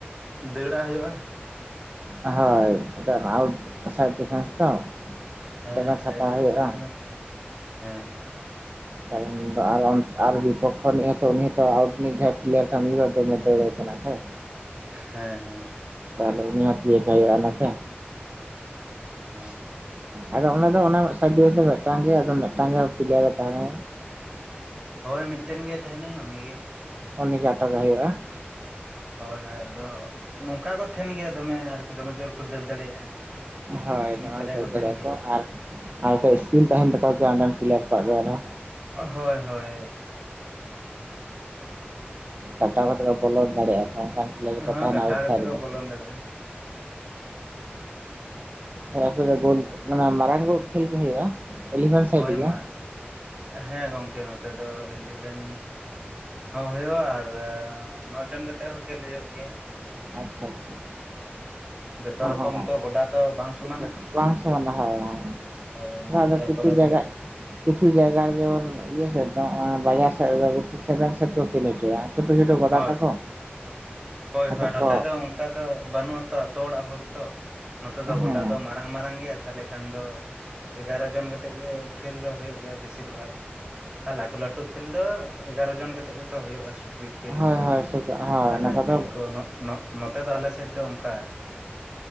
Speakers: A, on the right (about 20°); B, on the right (about 45°).
A: ᱫᱟᱹᱲᱟᱜ ᱦᱩᱭᱩᱜᱼᱟ
B: ᱦᱚᱭ ᱟᱫᱚ ᱥᱟᱭᱤᱰ ᱰᱤᱯᱷᱮᱱᱥ ᱛᱚ
A: ᱦᱮᱸ
B: ᱫᱚᱢᱮ
A: ᱥᱟᱭᱤᱰ
B: ᱠᱷᱟᱴᱟᱣ
A: ᱰᱤᱯᱷᱮᱱᱥ
B: ᱦᱩᱭᱩᱜᱼᱟ
A: ᱨᱮ ᱫᱚᱢᱮ ᱦᱮᱸ
B: ᱠᱟᱨᱚᱱ ᱫᱚ ᱟᱨ ᱵᱤᱯᱚᱠᱠᱷᱚ ᱨᱤᱱᱤᱜ ᱦᱚ ᱛᱚ ᱟᱣᱩᱴ ᱨᱤᱱᱤᱡ ᱡᱟᱦᱟᱸᱭ ᱯᱞᱮᱭᱟᱨ ᱛᱟᱦᱮᱱ ᱩᱱᱤ ᱫᱚ ᱫᱚᱢᱮ ᱫᱟᱹᱲᱟᱭ ᱛᱚ ᱱᱟᱜ ᱠᱷᱟᱡ
A: ᱦᱮᱸ ᱦᱮᱸ
B: ᱛᱟᱦᱚᱞᱮ ᱩᱱᱤ ᱦᱚᱸ ᱛᱤᱭᱟ. ᱜᱮ ᱦᱩᱭᱩᱜᱼᱟ ᱱᱟᱛᱮ
A: ᱦᱮᱸ
B: ᱟᱫᱚ ᱚᱱᱟ ᱫᱚ ᱚᱱᱟ ᱥᱟᱭᱤᱰ ᱰᱤᱯᱷᱮᱱᱥ ᱢᱤᱫᱴᱟᱝ ᱜᱮ ᱟᱫᱚ ᱢᱤᱫᱴᱟᱝ ᱯᱞᱮᱭᱟᱨ ᱮ ᱛᱟᱦᱮᱱᱟ
A: ᱦᱳᱭ ᱢᱤᱫᱴᱮᱱ ᱜᱮᱭ ᱛᱟᱦᱮᱱᱟᱭ ᱩᱱᱤᱜᱮ
B: ᱩᱱᱤ ᱜᱮ ᱟᱴᱚᱠᱮ ᱦᱩᱭᱩᱜᱼᱟ
A: ᱦᱚᱭ ᱦᱚᱭ ᱟᱫᱚ ᱱᱚᱝᱠᱟ ᱠᱚ ᱛᱟᱦᱮᱱ ᱜᱮᱭᱟ ᱫᱚᱢᱮ ᱟᱨᱠᱤ ᱫᱚᱢᱮ ᱡᱳᱨ ᱠᱚ ᱫᱟᱹᱲ ᱫᱟᱲᱮᱭᱟᱜᱼᱟ
B: ᱦᱳᱭ
A: ᱢᱤᱫ
B: ᱫᱚᱢᱮ
A: ᱵᱟᱨᱭᱟ
B: ᱫᱟᱹᱲ
A: ᱠᱚ
B: ᱫᱟᱲᱮᱭᱟᱠᱚ
A: ᱛᱟᱦᱮᱱ ᱜᱮᱭᱟ
B: ᱟᱨ ᱟᱨᱠᱚ ᱤᱥᱠᱤᱞ ᱛᱟᱦᱮᱱ ᱛᱟᱠᱚ ᱜᱮᱭᱟ ᱚᱸᱰᱮᱱ ᱯᱞᱮᱭᱟᱨ ᱠᱚᱣᱟᱜ ᱫᱚ ᱟᱨᱦᱚ
A: ᱦᱚᱭ ᱦᱚᱭ
B: ᱠᱟᱴᱟᱣ ᱠᱟᱛᱮ ᱠᱚ ᱵᱚᱞᱚ ᱫᱟᱲᱮᱭᱟᱜᱼᱟ ᱠᱚ ᱚᱱᱠᱟᱱ ᱯᱞᱮᱭᱟᱨ ᱠᱚ
A: ᱦᱳᱭ
B: ᱛᱟᱦᱮᱱᱟ
A: ᱠᱟᱴᱟᱣ
B: ᱟᱣᱩᱴ
A: ᱠᱟᱛᱮ
B: ᱫᱷᱟᱨᱮ
A: ᱠᱚ
B: ᱨᱮ
A: ᱵᱚᱞᱚᱱ
B: ᱦᱮᱸ
A: ᱫᱟᱲᱮᱭᱟᱜᱼᱟ
B: ᱛᱟᱞᱦᱮ ᱟᱯᱮ ᱫᱚ ᱜᱳᱞ ᱚᱱᱟ ᱢᱟᱱᱮ ᱢᱟᱨᱟᱝ ᱜᱳᱞ ᱠᱷᱮᱞ ᱜᱮ ᱦᱩᱭᱩᱜᱼᱟ ᱤᱞᱤᱵᱷᱮᱱ ᱥᱟᱭᱤᱰ
A: ᱦᱳᱭ
B: ᱜᱮ?
A: ᱢᱟ ᱦᱮᱸ ᱜᱚᱝᱠᱮ ᱱᱚᱛᱮ ᱫᱚ ᱤᱞᱤᱵᱷᱮᱱ ᱦᱚᱸ ᱦᱳᱭᱳ ᱟ ᱟᱨ ᱱᱚ ᱡᱚᱱ ᱠᱟᱛᱮᱜ ᱦᱚᱸ ᱠᱷᱮᱞ ᱦᱩᱭᱩᱜ ᱜᱮᱭᱟ
B: ᱟᱪᱪᱷᱟ - ᱟᱪᱪᱷᱟ-ᱟᱪᱪᱷᱟ-ᱟᱪᱪᱷᱟ
A: ᱡᱚᱛᱚ
B: ᱚᱸᱦᱚᱸᱜ
A: ᱨᱚᱠᱚᱢ ᱛᱚ ᱜᱚᱰᱟ ᱛᱚ ᱵᱟᱝ ᱥᱚᱢᱟᱱᱟ
B: ᱵᱚᱵ ᱵᱟᱝ ᱥᱟᱶ ᱞᱟᱦᱟᱣ ᱟ ᱾
A: ᱦᱳᱭ
B: ᱡᱟᱸᱦᱟᱸ
A: ᱟᱞᱮ
B: ᱫᱚ ᱠᱤᱪᱷᱩ
A: ᱠᱚᱨᱮ
B: ᱡᱟᱭᱜᱟᱜ
A: ᱫᱚ
B: ᱾ ᱠᱤᱪᱷᱩ ᱡᱟᱭᱜᱟ ᱟᱨ ᱡᱮᱢᱚᱱ ᱤᱭᱟ, ᱥᱮᱫ ᱫᱚ ᱵᱟᱡᱟᱨ ᱥᱮᱫ ᱨᱮᱫᱚ ᱵᱤᱥᱤ ᱥᱮᱵᱷᱮᱱ ᱥᱮᱴ ᱠᱚ ᱠᱷᱮᱞ ᱦᱚᱪᱚᱭᱟ ᱾ ᱪᱷᱳᱴᱳ ᱪᱷᱳᱴᱳ ᱜᱚᱳᱰᱟ
A: ᱦᱳᱭ
B: ᱛᱟᱠᱚ
A: ᱦᱳᱭ
B: ᱟᱫᱚ
A: ᱱᱚᱛᱮ
B: ᱠᱚ
A: ᱫᱚ ᱚᱱᱠᱟ ᱫᱚ ᱵᱟᱹᱱᱩᱜ ᱟᱛᱚ ᱟᱛᱳ ᱚᱲᱟᱜ ᱦᱚᱲ ᱛᱚ ᱱᱚᱛᱮ ᱫᱚ
B: ᱦᱮᱸ
A: ᱜᱰᱟ ᱫᱚ ᱢᱟᱨᱟᱝ ᱢᱟᱨᱟᱝ ᱱᱚ ᱱᱚᱛᱮ ᱫᱚ ᱜᱚᱰᱟ ᱫᱚ ᱢᱟᱨᱟᱝ ᱢᱟᱨᱟᱝ ᱜᱮᱭᱟ ᱛᱟᱦᱚᱞᱮ ᱠᱷᱟᱱ ᱫᱚ ᱮᱜᱟᱨᱚ ᱡᱚᱱ ᱠᱟᱛᱮᱜ ᱜᱮ ᱠᱷᱮᱞ ᱫᱚ ᱦᱳᱭᱳᱜ ᱵᱤᱥᱤᱨ ᱵᱷᱟᱜᱽ ᱟᱨ ᱞᱟᱹᱴᱩ ᱞᱟ, ᱴᱩ ᱠᱷᱮᱞ ᱫᱚ ᱮᱜᱟᱨᱚ ᱡᱚᱱ ᱠᱟᱛᱮ ᱜᱮᱛᱚ ᱦᱩᱭᱩᱜᱼᱟ ᱥᱩᱠᱨᱤ ᱾ ᱠᱷᱮᱞ
B: ᱦᱳᱭ
A: ᱡᱮᱢᱚᱱ
B: ᱦᱳᱭ ᱦᱳᱭ
A: ᱴᱟᱠᱟ
B: ᱚᱱᱟ ᱠᱚᱫᱚ
A: ᱠᱷᱮᱞ ᱠᱚ ᱱᱚᱜ-ᱱᱚᱜ ᱱᱚᱛᱮ ᱫᱚ ᱟᱞᱮᱥᱮᱫ ᱫᱚ ᱚᱱᱠᱟ ᱟᱨᱠᱤ ᱾